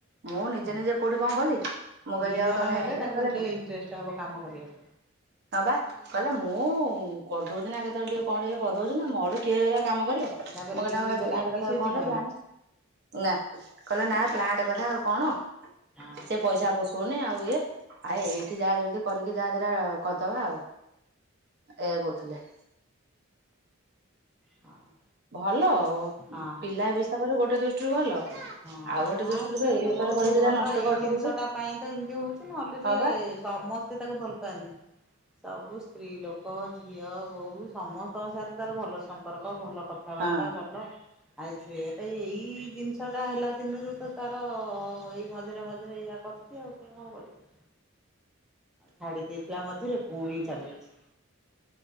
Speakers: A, on the right; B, in the centre.
A: ମୁଁ
B: ହଁ
A: ନିଜେ ନିଜେ କୋଉଠି କଣ କଲି ମୁଁ
B: ଦି
A: କହିଲି
B: ଜଣ
A: ଆଉ ତମେ
B: ହେଲେ
A: ଏଇ
B: ତାକୁ
A: ଗଲେ
B: ଗୋଟେ
A: <inaudible>
B: ଇଣ୍ଟରେଷ୍ଟ ହବ କାମ କରିବାକୁ।
A: ହଁ ବା କହିଲା ମୁଁ କରିଦଉଛି ନା କେତେବେଳେ ଟିକେ କଣ ଟିକେ କରିଦଉଛି ନା ମୋ ଗଟେ କିଏ ହେଲା କାମ କରିବ।
B: ତାପରେ
A: ମୁଁ କ
B: ବିକ୍ରି
A: ଭାଇ
B: କରିବାକୁ
A: ପ୍ଲାଣ୍ଟ କଥା
B: ବି ସେ
A: କଣ
B: ଯିବନି।
A: ହେଲା ପ୍ଲା ନା କହିଲା ନା ପ୍ଲାଣ୍ଟ କଥା ଆଉ କଣ
B: ହଁ
A: ସେ ପଇସା ପସ ଶୁଣିି ଆଉ ଇଏ ଆ ଏଇଠି
B: ହଁ
A: ଯାହା ଯେମିତି କରିକି ଯାହାଟା କରିଦବା ଆଉ ଏ କହୁଥିଲେ।
B: ହଁ
A: ଭଲ
B: ହଁ।
A: ପିଲା ହିସାବରେ ଗୋଟେ ଦୃଷ୍ଟିରୁ ଭଲ
B: ହଁ ଆଉ
A: ଗୋଟେ
B: ନା
A: ଦୃଷ୍ଟିରୁ
B: ସିଏ
A: ଏଇ
B: ତ
A: ବେପାର
B: ବହୁତ
A: କରିକି
B: ଭଲ
A: ଯାହା ନଷ୍ଟ
B: ଏଇ
A: କରିଦଉଛନ୍ତି।
B: ଜିନିଷ ଟା ପାଇଁ ତ ଏମତି ହଉଚି ନହେଲେ
A: ହଁ
B: ଯିଏ
A: ବା
B: ସମ ସେ ତାକୁ ଭଲପାନ୍ତି। ସବୁ ସ୍ତ୍ରୀ ଲୋକ ଝିଅ ବହୁ ସମସ୍ତଙ୍କ ସାହିତ ତାର ଭଲ ସମ୍ପର୍କ ଭଲ କଥାବାର୍ତ୍ତା
A: ହଁ
B: ଭଲ ଆଇ ଏଇ ଜିନିଷ ଛୁଆଟା ହେଲା ଦିନରୁ ତ ତାର ଏଇ ମଝିରେ ମଝିରେ ୟଆ କରୁଚି ଆଉ ସେ କଣ କରିବ। ଛାଡି ଦେଇଥିଲା ମଝରେ ପୁଣି ଚଳେଇଚି